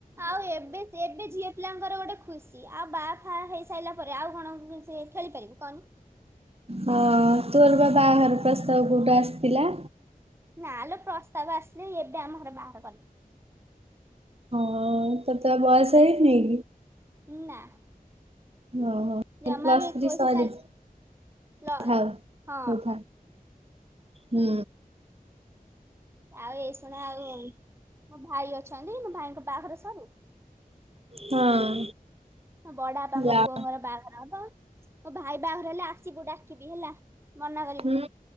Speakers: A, on the right (about 15°); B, on the right (about 40°).
A: ଆଉ ଏବେ ଏବେ ଯିଏ, <unintelligible> ପିଲାଙ୍କର ଗୋଟେ ଖୁସି ଆଉ ବାହା ଫା ହେଇସାରିଲା ପରେ ଆଉ କଣ ସେ ଖେଳିପାରିବେ।
B: ହଁ ତୋର ପା ବାହାଘର ପ୍ରସ୍ତାବ କୋଉଠୁ ଆସିଥିଲା?
A: ନାଲୋ ପ୍ରସ୍ତାବ ଆସିନି ଏବେ ଆମ ଘରେ ବାହାଘର
B: ହଁ ତତେ ବୟସ ହେଇନି?
A: ନା। <inaudible>
B: ହଁ ହଁ
A: ଜମାରୁ
B: ପ୍ଲସଥିରି
A: ଏକୋଇଶି
B: ସରିଛି
A: ଚାଲି ଲ
B: ହ
A: ହଁ
B: <unintelligible> ହୁଁ।
A: ଆଉ ଏଇ ଶୁଣା ଆଉ ମୋ ଭାଇ ଅଛନ୍ତି ମୋ ଭାଇଙ୍କ ବାହାଘର ସରୁ।
B: ହଁ।
A: ମୋ ବଡପାଙ୍କ
B: ଯା
A: ପୁଅଙ୍କର ବାହାଘର ହବ। ମୋ ଭାଇ ବାହାଘର ହେଲେ ଆସିବୁ ଡାକିବି ହେଲା। ମନା କରିବୁନୁ
B: ହୁଁ